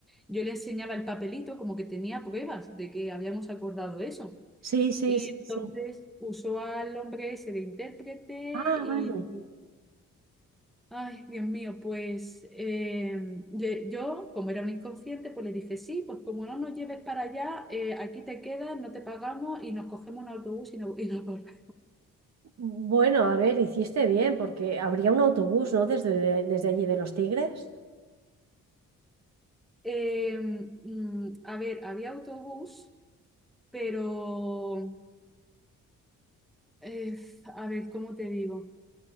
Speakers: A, in the centre; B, on the right.
A: yo le enseñaba el papelito como que tenía pruebas de que habíamos acordado eso.
B: Sí, sí,
A: Y
B: sí,
A: entonces
B: sí.
A: usó al hombre ese de intérprete
B: Ah,
A: y,
B: vale.
A: ay, Dios mío, pues eh, le- yo, como era un inconsciente, pues le dije, sí, pues como no nos lleves para allá, eh, aquí te quedas, no te pagamos y nos cogemos un autobús y, no, y nos volvemos.
B: Bueno, a ver, hiciste bien, porque habría un autobús, ¿no? Desde, desde allí de Los Tigres.
A: Eh, mm, a ver, había autobús, pero... eh, a ver, ¿cómo te digo?